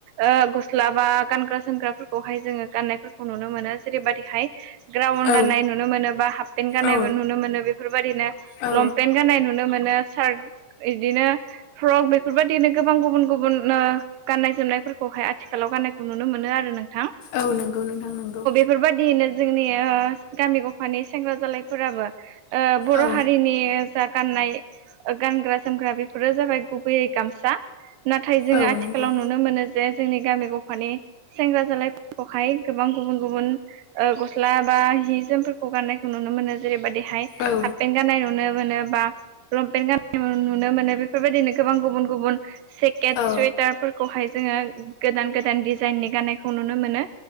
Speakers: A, on the right (about 80°); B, on the left (about 80°).
A: ओ गस्ला बा गानग्रा जोमग्राफोरखौहाय जोङो गाननायफोरखौ नुनो मोनो जेरैबादिहाय ग्राउन
B: औ
A: गाननाय नुनो मोनोबा हाप पेन्ट गाननायबो
B: औ
A: नुनो मोनो बेफोरबायदिनो
B: औ
A: लंपेन्ट गाननाय नुनो मोनो सार्ट इदिनो फ्रक बेफोरबाद दिनो गोबां गुबुन गुबुन ओ गाननाय जोमनायफोरखौहाय आथिखालाव गाननायखौ नुनो मोनो आरो नोंथां।
B: औ नोंगौ नोंथां नोंगौ।
A: फोरबादियैनो जोंनि ओ गामि गफानि सेंग्रा जालायफोराबो ओ बर'
B: औ
A: हारिनि जा गाननाय ओ गानग्रा जोमग्रा बेफोरो जाबाय गुबैयै गामस सा नाथाय जोङो
B: औ
A: आथिखालाव
B: नंगौ
A: नुनो मोनो जे जोंनि गामि गफानि सेंग्रा जालायफोरखौहाय गोबां गुबुन गुबुन ओ गस्ला बा जि जोमफोरखौ गाननाय नुनो मोनो जेरैबादिहाय
B: औ
A: हापपेन्ट गाननाय नुनो मोनो बा लंपेन्ट गाननाय नुनो मोनो। बेफोरबायदिनो गोबां गुबुन गुबुन सेकेट,
B: औ
A: सुटारफोर खौहाय जोङो गोदान गोदान डिजाइननि गाननायखौ नुनो मोनो।